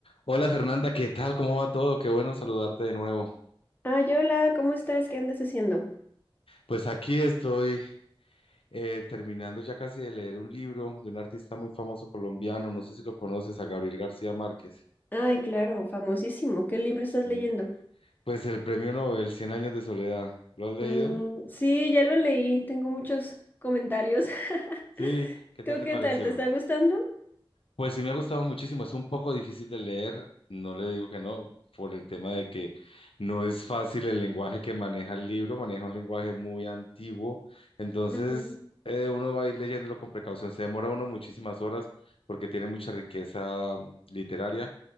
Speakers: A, on the left; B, on the left.
A: Hola Fernanda, ¿qué tal? ¿Cómo va todo? Qué bueno saludarte de nuevo.
B: Ay, hola, ¿cómo estás? ¿Qué andas haciendo?
A: Pues aquí estoy eh, terminando ya casi de leer un libro de un artista muy famoso colombiano, no sé si lo conoces, a Gabriel García Márquez.
B: Ay, claro, famosísimo. ¿Qué libro estás
A: Sí.
B: leyendo?
A: Pues el premio Nobel, Cien años de soledad. ¿Lo has leído?
B: Mm, sí, ya lo leí. Tengo muchos comentarios. <laughs>
A: Sí, ¿qué tal
B: ¿Tú
A: te
B: qué
A: pareció?
B: tal? ¿Te está gustando?
A: Pues sí me ha gustado muchísimo, es un poco difícil de leer, no le digo que no, por el tema de que no es fácil el lenguaje que maneja el libro, maneja un lenguaje muy antiguo, entonces
B: Ujú,
A: eh, uno va a ir leyéndolo con precaución, se demora uno muchísimas horas porque tiene mucha riqueza literaria,